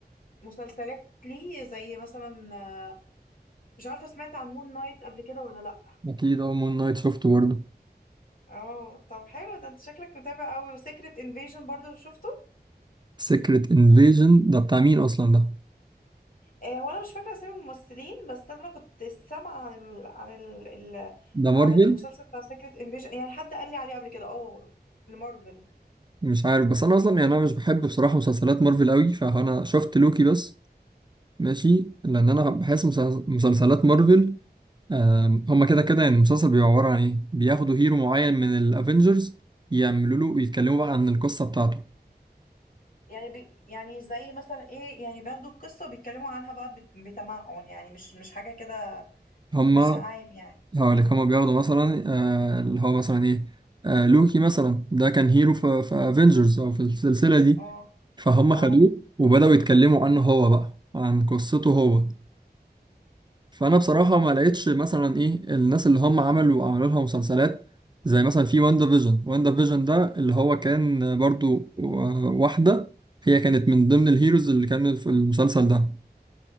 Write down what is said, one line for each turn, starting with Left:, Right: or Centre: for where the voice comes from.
Left: مسلسلات ليه زي مثلا آه، مش عارفه سمعت عن مون نايت قبل كده ولا لا
Right: اكيد اه مون نايت شفته برضه
Left: اه طب حلو ده انت شكلك متابع قوي وسيكريت انفيجن برضو شفته
Right: سيكريت انفيجن ده بتاع مين اصلا ده
Left: آه هو انا مش فاكره اسامي الممثلين بس انا كنت سامعه عن ال... عن ال... ال...
Right: ده
Left: عن
Right: مارفل
Left: المسلسل بتاع سيكريت انفيجن يعني حد قال لي عليه قبل كده اه لمارفل
Right: مش عارف بس انا اصلا يعني انا مش بحب بصراحه مسلسلات مارفل قوي فانا شفت لوكي بس ماشي لان انا بحس مسلس- مسلسلات مارفل آم، هما كده كده يعني المسلسل بيبقى عباره عن ايه بياخدوا هيرو معين من الافنجرز يعملوا له ويتكلموا بقى عن القصه بتاعته
Left: يعني بي... يعني زي مثلا ايه يعني بياخدوا القصه وبيتكلموا عنها بقى بت... بتمعن يعني مش مش حاجه كده
Right: هما
Left: مش عام يعني
Right: هقول لك هما بياخدوا مثلا آه، اللي هو مثلا ايه آه، لوكي مثلا ده كان هيرو في في افنجرز او في السلسله دي
Left: اه
Right: فهم خدوه
Left: اه
Right: وبداوا يتكلموا عنه هو بقى عن قصته هو فانا بصراحه ما لقيتش مثلا ايه الناس اللي هم عملوا عملوا لها مسلسلات زي مثلا في واندا فيجن واندا فيجن ده اللي هو كان برضو و- واحده هي كانت من ضمن الهيروز اللي كانوا في المسلسل ده